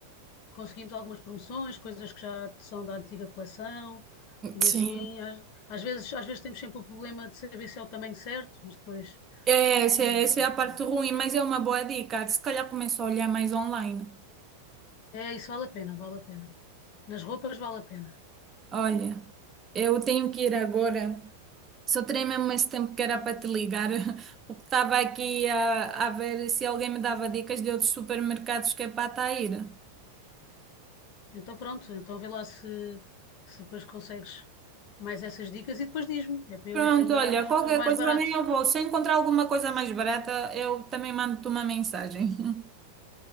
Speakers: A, on the left (about 45°); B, on the right (about 25°).
A: conseguimos algumas promoções, coisas que já são da antiga coleção, e
B: Sim.
A: assim, às, às vezes, às vezes temos sempre o problema de saber se é o tamanho certo, mas depois,
B: É, essa,
A: eh,
B: é essa é a parte ruim, mas é uma boa dica. Se calhar começo a olhar mais online.
A: é, isso vale a pena, vale a pena. Nas roupas vale a pena.
B: Olha, eu tenho que ir agora. Só terei mesmo esse tempo que era para te ligar, <laughs> porque estava aqui a, a ver se alguém me dava dicas de outros supermercados que é para estar a ir.
A: Então pronto, então vê lá se, se depois consegues mais essas dicas e depois diz-me, é para eu
B: Pronto,
A: ir também
B: olha,
A: aos,
B: qualquer
A: aos mais
B: coisa
A: baratos.
B: também eu vou. Se eu encontrar alguma coisa mais barata, eu também mando-te uma mensagem. <laughs>